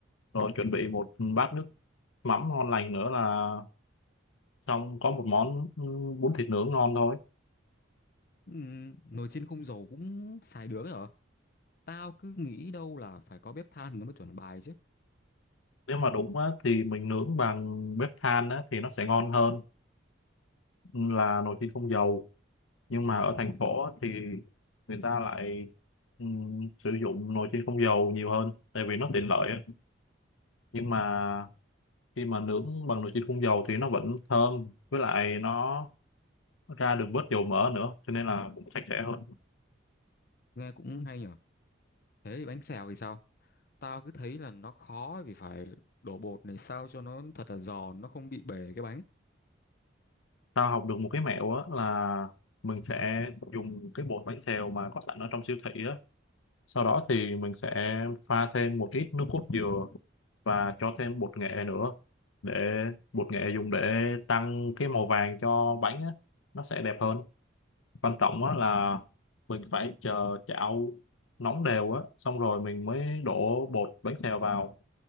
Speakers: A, on the left; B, on the left.
A: rồi chuẩn bị một bát nước mắm ngon lành nữa là xong có một món ừ, bún thịt nướng ngon thôi
B: Ừm, nồi chiên không dầu cũng xài được ấy hả? Tao cứ nghĩ đâu là phải có bếp than nó mới chuẩn bài chứ.
A: nếu mà đúng á, thì mình nướng bằng bếp than á, thì nó sẽ ngon hơn là nồi chiên không dầu nhưng mà ở thành phố á thì người ta lại ừm, sử dụng nồi chiên không dầu nhiều hơn tại vì nó tiện lợi á. nhưng mà khi mà nướng bằng nồi chiên không dầu thì nó vẫn thơm với lại nó ra được bớt dầu mỡ nữa cho nên là cũng sạch sẽ hơn
B: Nghe cũng hay nhở. Thế thì bánh xèo thì sao? Tao cứ thấy là nó khó vì phải đổ bột này sao cho nó thật là giòn, nó không bị bể cái bánh.
A: tao học được một cái mẹo á là mình sẽ dùng cái bột bánh xèo mà có sẵn ở trong siêu thị á sau đó thì mình sẽ pha thêm một ít nước cốt dừa và cho thêm bột nghệ nữa để bột nghệ dùng để tăng cái màu vàng cho bánh á, nó sẽ đẹp hơn quan trọng á là mình phải chờ chảo nóng đều á xong rồi mình mới đổ bột bánh xèo vào